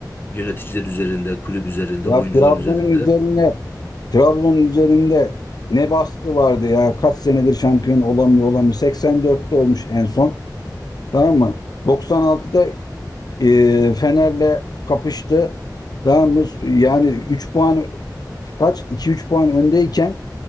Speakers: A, on the left; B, on the left.
A: yöneticiler üzerinde, kulüp üzerinde,
B: Ya
A: oyuncular
B: Trabzon'un
A: üzerinde.
B: üzerine Trabzon'un üzerinde ne baskı vardı ya. Kaç senedir şampiyon olamıyor olamıyor. 84'te olmuş en son. Tamam mı? 96'da e, Fener'le kapıştı. Tamam mı? Yani 3 puan kaç? iki üç puan öndeyken